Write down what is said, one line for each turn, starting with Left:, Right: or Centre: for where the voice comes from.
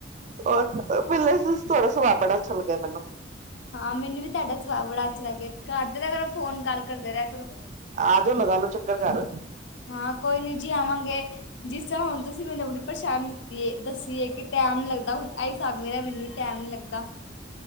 Right: ਔਰ ਮਿਲ ਰਹੇ ਸੀ ਤੁਹਾਡਾ ਸੁਭਾਅ ਬਹੁਤ ਅੱਛਾ ਲੱਗਾ ਮੈਨੂੰ।
Left: ਹਾਂ ਮੈਨੂੰ ਵੀ ਤੁਹਾਡਾ ਸੁਭਾਅ ਬਹੁਤ ਅੱਛਾ ਲੱਗਿਆ ਕਰਦੇ ਰਿਹਾ ਕਰੋ ਫੋਨ ਗੱਲ ਕਰਦੇ ਰਿਹਾ ਕਰੋ।
Right: ਆ ਜਾਓ, ਲਗਾ ਲਓ, ਚੱਕਰ ਘਰ।
Left: ਹਾਂ ਕੋਈ ਨਹੀਂ ਜੀ ਆਵਾਂਗੇ। ਜਿਸ ਤ੍ਹਰਾ ਹੁਣ। ਤੁਸੀਂ ਮੈਨੂੰ ਆਪਣੀ ਪਰੇਛਾਨ। ਦਿੱਤੀ। ਹੈ। ਦੱਸੀਏ ਕਿ ਟੈਮ ਲਗਦਾ। ਹੁਣ ਇਹ ਹਿਸਾਬ ਮੇਰਾ ਮੈਨੂੰ। ਟੈਮ ਨੀ ਲੱਗਦਾ